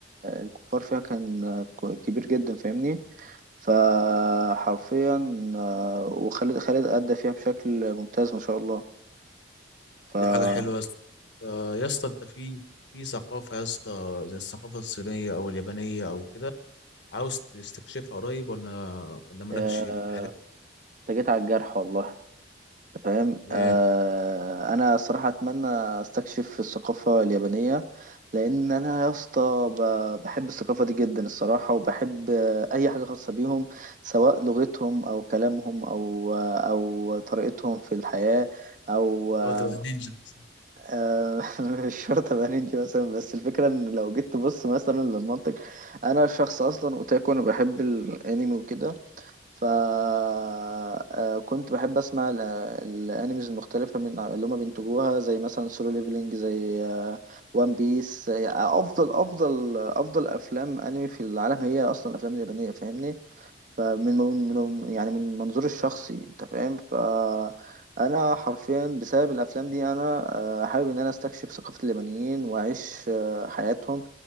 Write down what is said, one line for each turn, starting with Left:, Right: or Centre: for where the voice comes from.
Right: الكفار فيها كان كبير جدا فاهمني فحرفيا آه، وخالد خالد أدى فيها بشكل ممتاز ما شاء الله ففعلا
Left: دي حاجه حلوه يا اسطى آه، يا اسطى انت في في ثقافه يا اسطى زي الثقافه الصينيه او اليابانيه او كده عاوز تستكشفها قريب ولا ولا مالكش
Right: آه،
Left: في الحاجات
Right: انت جيت على الجرح والله فاهم
Left: دي؟
Right: آه
Left: ايه
Right: انا الصراحه اتمنى استكشف الثقافه اليابانيه لان انا يا اسطى ب- بحب الثقافه دي جدا الصراحه وبحب آه، اي حاجه خاصه بيهم سواء لغتهم او كلامهم او آه، او طريقتهم في الحياه او آه،
Left: لو تبقى نينجا بس.
Right: آه، <laughs> مش شرط ابقى نينجا مثلا بس الفكره ان لو جيت تبص مثلا للمنطق انا شخص اصلا اوتاكو انا بحب الانمي وكده فكنت بحب اسمع ال- الانيميز المختلفه من اللي هما بينتجوها زي مثلا سولو ليفلينج زي وان بيس افضل افضل افضل افلام انمي في العالم هي اصلا الافلام اليابانيه فاهمني فمن من من- يعني من منظوري الشخصي انت فاهم فانا حرفيا بسبب الافلام دي انا آه، حابب ان انا استكشف ثقافه اليابانيين واعيش آه، حياتهم